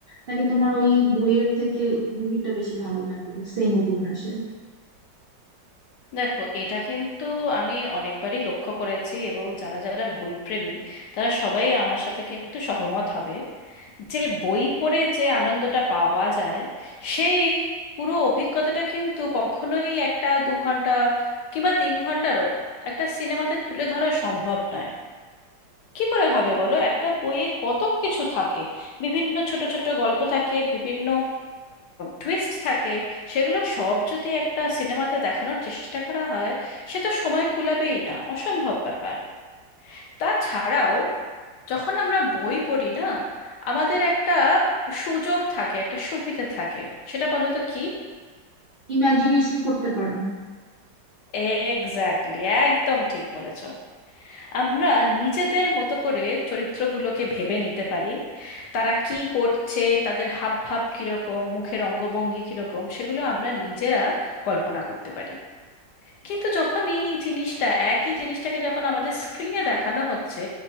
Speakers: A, on the right (about 65°); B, on the left (about 70°).
A: নাকি তোমার ওই বইয়ের থেকে মুভিটা বেশি ভালো লাগে সেম উপন্যাসের
B: দেখো এটা কিন্তু আমি অনেকবারই লক্ষ্য করেছি এবং যারা যারা বইপ্রেমী তারা সবাই আমার সাথে কিন্তু সহমত হবে যে বই পড়ে যে আনন্দটা পাওয়া যায় সেই পুরো অভিজ্ঞতাটা কিন্তু কখনোই একটা দু ঘন্টা কিংবা তিন ঘন্টারও একটা সিনেমাতে তুলে ধরা সম্ভব নয় কি করে হবে বলো একটা বইয়ে কত কিছু থাকে বিভিন্ন ছোট ছোট গল্প থাকে বিভিন্ন টুইস্ট থাকে সেগুলো সব যদি একটা সিনেমাতে দেখানোর চেষ্টা করা হয় সে তো সময় কুলাবেই না অসম্ভব ব্যাপার তাছাড়াও যখন আমরা বই পড়ি না আমাদের একটা সুযোগ থাকে একটা সুবিধে থাকে সেটা বলো তো কি
A: ইমাজিনেশন করতে পারো
B: এক্স্যাক্টলি একদম ঠিক বলেছ আমরা নিজেদের মতো করে চরিত্রগুলোকে ভেবে নিতে পারি তারা কি করছে তাদের হাবভাব কিরকম মুখের অঙ্গভঙ্গি কিরকম সেগুলো আমরা নিজেরা কল্পনা করতে পারি কিন্তু যখন এই জিনিসটা একই জিনিসটাকে যখন আমাদের স্ক্রিনে দেখানো হচ্ছে